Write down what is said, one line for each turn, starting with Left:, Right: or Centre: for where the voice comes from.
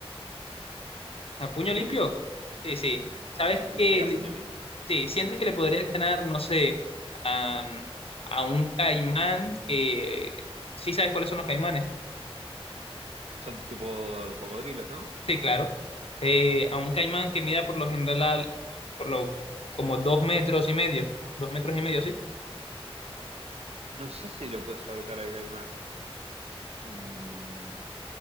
Left: ¿A puño limpio?
Right: sí, divino.
Left: Sí, sí. ¿Sabes
Right: Y
Left: qué?
Right: se da
Left: Li-
Right: puño limpio.
Left: Sí, sientes que le podrías ganar, no sé, a, mm, a un caimán que... ¿Sí sabes cuáles son los caimanes?
Right: Son tipo cocodrilos, ¿no?
Left: Sí, claro. Eh, a un caimán que mida por lo general al- por lo, como dos metros y medio. Dos metros y medio, sí.
Right: No sé si lo puedes ahorcar al caimán. Mm,